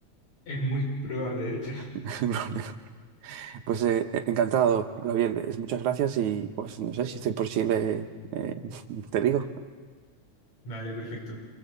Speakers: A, on the left (about 70°); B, on the right (about 80°).
A: Es muy probable, de hecho.
B: <laughs> Pues eh, e-, encantado, Gabriel, es- muchas gracias y pues no sé si estoy por Chile, eh, <laughs> te digo.
A: Vale, perfecto.